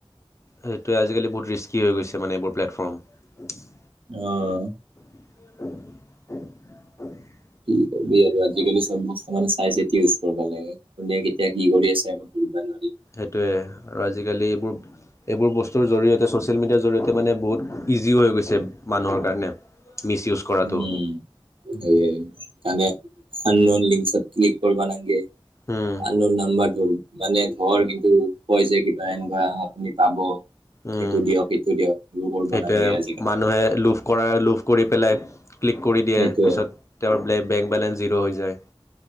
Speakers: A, on the left (about 30°); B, on the right (about 65°).
A: সেইটোৱে আজিকালি বহুত ৰিস্কি হৈ গৈছে মানে এইবোৰ প্লেটফৰ্ম।
B: আহ।
A: <unintelligible>
B: কি কবি আৰু আজিকালি চব বস্তু মানে চাই চিতি ইউজ কৰিব লাগে কোনে কেতিয়া কি কৰি আছে ধৰিব নোৱাৰি।
A: সেইটোয়ে আৰু আজিকালি এইবোৰ এইবোৰ বস্তুৰ জৰিয়তে ছ'চিয়েল মিডিয়াৰ জৰিয়তে এ মানে বহুত ইজিও হৈ গৈছে মানুহৰ কাৰণে। মিছ ইউজ কৰাটো
B: উম স তানে আ ন লিকত ক্লিক কৰিবা নে
A: উম
B: আ ন নাম্বাৰ ধৰো মানে ধৰ কিন্তু কয় যে কিবা এনেকুৱা আপুনি পাব।
A: উম।
B: এইটো দিয়ক সেইটো দিয়ক এইেইবোৰ কৰিব
A: সেইটোৱে
B: নালাগে আজিকালি।
A: মানুহে লোভ কৰা লোভ কৰি পেলাই ক্লিক কৰি দিয়ে
B: সেইটোৱে
A: পিছত তেওঁৰ ব বেংক বেলেঞ্চ জিৰ' হৈ যায়।